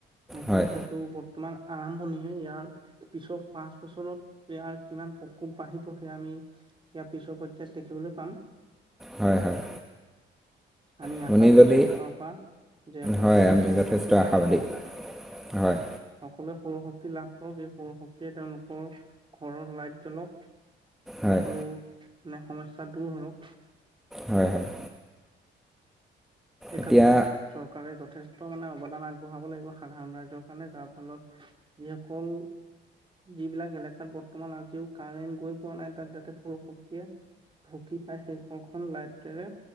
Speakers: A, on the right (about 25°); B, in the centre.
A: সটো
B: হয়
A: সেইটো তোমান আৰম্ভণিহে ইয়াৰ পিছত পাঁচ বছৰত ইয়াৰ কিমান প্ৰকোপ বাঢ়িব সেয়া আমি ইয়াৰ পিছৰ পৰ্যয়ায়ত দেখিবলৈ পাম
B: হয় হয়
A: আমি
B: আপুনি
A: আশাবাদী
B: যদি
A: চৰকাৰৰ পৰা যে সকলোৱে
B: হয় আমি
A: সৰু
B: যথেষ্ট
A: শক্তি
B: আশাবাদী
A: লাভ কৰক।
B: হয়
A: সকলোৱে সৰু শক্তি লাভ কৰক এই সৰু শক্তিয়ে তেওঁলোকৰ ঘৰৰ লাইট জ্বলক
B: হয়
A: সকলো মানে সমস্যা দূৰ হৰক
B: হয় হয়
A: এই ক্ষেত্ৰত
B: এতিয়া
A: চৰকাৰে যথেষ্ট মানে অৱদান আগবঢ়াব লাগিব সাধাৰণ ৰাইজৰ কাৰণে যাৰ ফলত যিসকল যিবিলাক এলেকাত বৰ্তমান আজিও কাৰেণ্ট গৈ পোৱা নাই তাত যাতে সৰু শক্তিয়ে ঢুকি পাই সেই ঘৰখন লাইটেৰে